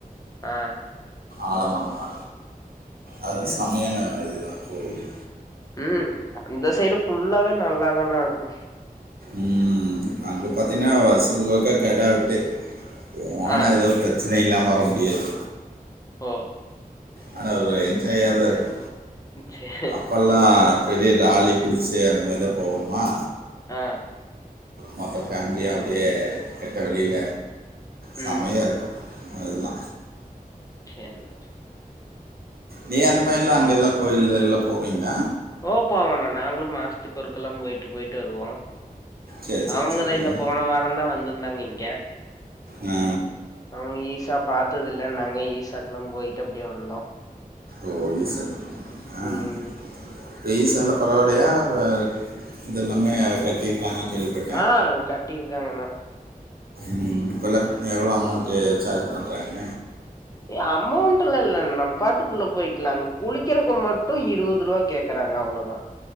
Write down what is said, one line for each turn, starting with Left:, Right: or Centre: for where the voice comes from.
Left: அ
Right: ஆலமரமா அதுவு
Left: சேர்ண்ணா
Right: சமையான அதுதா கோயிலு
Left: ம் அந்த சைடு ஃபுல்லாவே நல்லாதான இருக்கு
Right: ம் அண்டு பாத்தீனா
Left: ம்
Right: வருசதுக்கு ஒருக்கா கெடா வெட்டு போனா
Left: ஆ
Right: எதோ பிரச்சனை இல்லாம வர முடியாது
Left: ஓ
Right: ஆனா என்ஜாயா தா இருக்கு
Left: சே
Right: அப்பெல்லா பெரிய லாலி பிடிச்சு அந்த மாரி தா போவோமா
Left: ஆ
Right: மொத்த ஃபேமிலிய அப்டியே வெட்ட வெளில செமையா
Left: ம்
Right: இருக்கு அதுதா
Left: சேரிண்ண
Right: நீ அந்த மாரிலா அங்க எல்லா கோயில்லல்லா போவிங்லா
Left: ஓ போவண்ணா நாங்களு மாசத்துக்கு ஒருக்கெல்லா போயிட்டு போயிட்டு வருவோ
Right: சரி சரி
Left: அவங்கதா
Right: சரி
Left: இந்த போன வாரந்தா வந்திருந்தாங்க இங்க
Right: ஆ
Left: அவுங்க ஈசா பாத்ததில்லனாங்க ஈசாக்கெல்லா போயிட்டு அப்டியே வந்தோ
Right: ஓ ஈசாக்கு போனீங்களா அ
Left: ம்
Right: ஈசாலா பரவால்லயா அ இதெல்லாமே கட்டி க்காங்க கேள்விபட்
Left: ஆ கட்டிருக்காங்கண்ணா
Right: ம் இப்பல்லா எவ்ளோ அமௌண்ட்டு சார்ஜ் பண்றாங்க
Left: ஏ அமௌண்டல்ல இல்ல நம் பாட்டுக்குள்ள போய்கிக்கலாங் குளிக்கிறதுக்கு மட்டு இருவது ரூபா கேக் க்கறாங்க அவ்ளதா